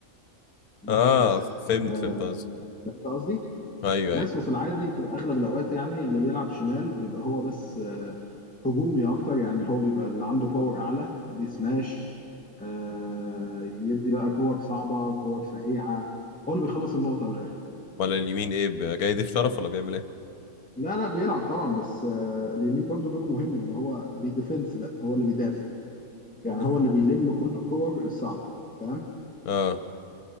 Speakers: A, in the centre; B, on the left.
A: بس
B: آه فهمت
A: آه
B: فهمت قصدي
A: فهمت قصدي
B: أيوه
A: بس
B: أيوه
A: وفي العادي في اغلب الاوقات يعني اللي بيلعب شمال بيبقى هو بس آه، هجومي اكتر يعني هو بيبقى اللي عنده باور اعلى بيسماش آه، يدي بقى كور صعبه كور سريعه هو اللي بيخلص النقطه من الاخر
B: أمال اليمين إيه ب- جاي يضيف شرف ولا بيعمل إيه؟
A: لا لا بيلعب طبعا بس آه، اليمين برضو دوره مهم ان هو بيديفنس بقى هو اللي بيدافع يعني
B: مم.
A: هو اللي بيلم كل الكور الصعبه فاهم
B: آه